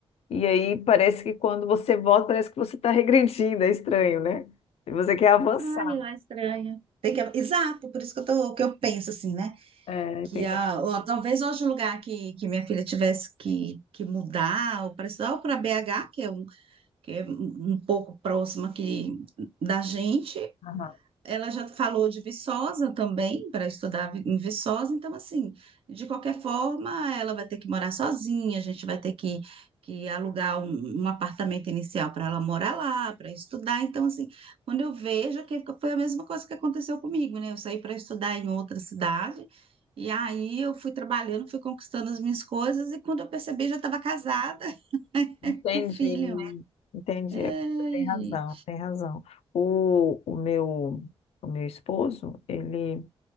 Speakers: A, on the left (about 90°); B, on the right (about 65°).
A: E aí parece que quando você volta, parece que você está regredindo, é estranho, né? E você quer avançar.
B: Ai, lá estranha. Tem que... Exato, por isso que eu tô, que eu penso assim, né?
A: É,
B: Que
A: tem
B: a, ou talvez hoje o lugar que, que minha filha tivesse que, que mudar, ou para estudar, ou para BH, que é um, que é um um pouco próximo aqui da gente,
A: aham,
B: Ela já falou de Viçosa também, para estudar vi- em Viçosa, então, assim, de qualquer forma, ela vai ter que morar sozinha, a gente vai ter que, que alugar um, um apartamento inicial para ela morar lá, para estudar. Então, assim, quando eu vejo, é que foi a mesma coisa que aconteceu comigo, né? Eu saí para estudar em outra cidade, e aí eu fui trabalhando, fui conquistando as minhas coisas, e quando eu percebi, já estava casada <laughs>
A: Entendi,
B: com filho.
A: entendi.
B: Ai,
A: É, Tem razão,
B: gente.
A: tem razão. O, o meu, o meu esposo, ele,